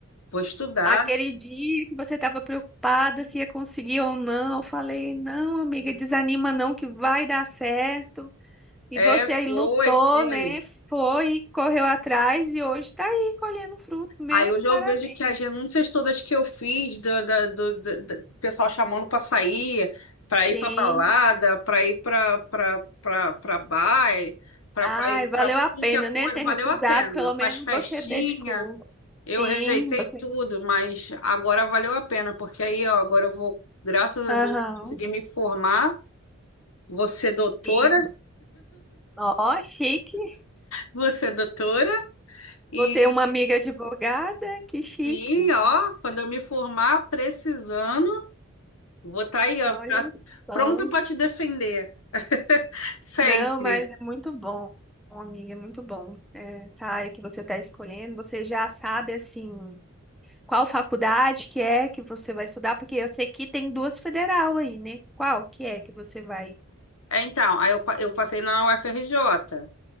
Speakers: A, on the left (about 75°); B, in the centre.
A: vou estudar.
B: aquele dia que você estava preocupada se ia conseguir ou não. Eu falei, não, amiga, desanima não que vai dar certo. E
A: É,
B: você aí
A: foi,
B: lutou,
A: foi.
B: né? Foi, correu atrás e hoje está aí colhendo fruto. Meus
A: Aí hoje
B: parabéns.
A: eu vejo que as renúncias todas que eu fiz, da, da- do, da- da- do pessoal chamando para sair, para ir
B: Sim.
A: para balada, para ir para para bar, para
B: Ai,
A: ir
B: valeu
A: para tudo
B: a pena,
A: que é coisa,
B: né? Ter
A: valeu
B: recusado,
A: a pena.
B: pelo
A: Para
B: menos
A: as festinhas,
B: você dedicou.
A: eu
B: Sim,
A: rejeitei
B: você.
A: tudo, mas agora valeu a pena, porque aí, ó, agora eu vou, graças a
B: Aham,
A: Deus, conseguir me formar. Você é doutora?
B: sim. Ó, chique.
A: Você é doutora? E
B: Vou ter uma amiga advogada, que chique.
A: sim, ó, quando eu me formar precisando, vou estar aí, ó,
B: Olha
A: pra-
B: só.
A: pronta para te defender. Sempre.
B: Não, mas é muito bom, amiga, é muito bom. É, essa área que você está escolhendo, você já sabe, assim, qual faculdade que é que você vai estudar, porque eu sei que tem duas federal aí, né? Qual que é que você vai?
A: É, então, aí eu, pa- eu passei na UFRJ.